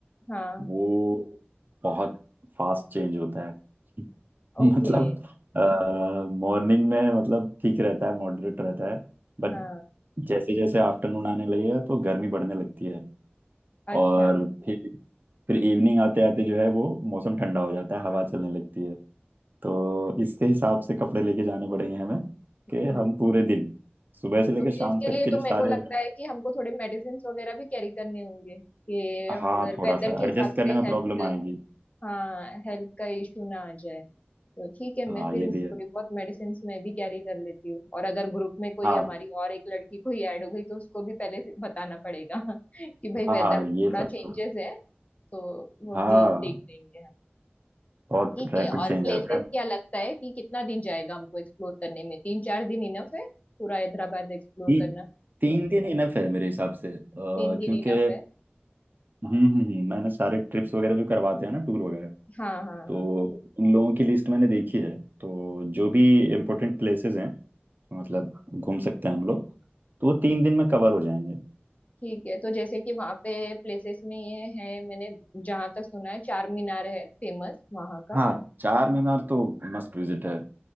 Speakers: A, on the left; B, on the right.
A: हाँ
B: वो बहुत फास्ट चेंज होता है <laughs>
A: ओके
B: मतलब मॉर्निंग में मतलब ठीक रहता है मॉडरेट रहता है बट
A: हाँ
B: जैसे जैसे आफ्टरनून आने लगेगा तो गर्मी बढ़ने लगती है
A: अच्छा
B: और फिर फिर इवनिंग आते आते जो है वो मौसम ठंडा हो जाता है हवा चलने लगती है तो इसके हिसाब से कपड़े लेके जाने पड़ेंगे हमें कि
A: अ,
B: हम पूरे दिन सुबह से लेकर
A: तो फिर
B: शाम
A: इसके
B: तक
A: लिए
B: के
A: तो
B: जो सारे
A: मेरे को लगता है कि हमको थोड़े मेडिसिन वगैरह भी कैरी करने होंगे कि अगर
B: हाँ थोड़ा
A: वेदर
B: सा
A: के हिसाब
B: एडजस्ट करने
A: से
B: में
A: हेल्थ
B: प्रॉब्लम आएगी
A: हाँ हेल्थ का इश्यू ना आ जाए तो ठीक है
B: हाँ
A: मैं फिर
B: ये भी है
A: थोड़ी बहुत मेडिसिन मैं भी कैरी कर लेती हूँ और अगर ग्रुप में कोई
B: हाँ
A: हमारी और एक लड़की कोई ऐड हो गई तो उसको भी पहले से बताना पड़ेगा <laughs> कि भाई
B: हाँ
A: वेदर
B: हाँ ये
A: थोड़ा
B: सब
A: चेंजेस
B: तो
A: है तो वो
B: हाँ
A: भी देख लेंगे हम
B: बहुत
A: ठीक
B: रैपिड
A: है और
B: चेंज
A: प्लेसेस
B: आता है
A: क्या लगता है कि कितना दिन जाएगा हमको एक्सप्लोर करने में तीन चार दिन इनफ है पूरा हैदराबाद एक्सप्लोर
B: ती,
A: करना
B: तीन दिन इनफ है मेरे हिसाब से अ,
A: तीन दिन
B: क्योंकि
A: इनफ है
B: हम्म हम्म हम्म, मैंने सारे ट्रिप्स वगैरह जो करवाते हैं ना टूर वगैरह
A: हाँ हाँ
B: तो
A: हाँ
B: उन लोगों की लिस्ट मैंने देखी है तो जो भी इम्पोर्टेंट प्लेसेस हैं मतलब घूम सकते हैं हम लोग तो वो तीन दिन में कवर हो जाएंगे
A: ठीक है तो जैसे कि वहाँ पे प्लेसेस में ये है मैंने जहाँ तक सुना है चार मीनार है फेमस वहाँ का
B: हाँ चार मीनार तो मस्ट विजिट है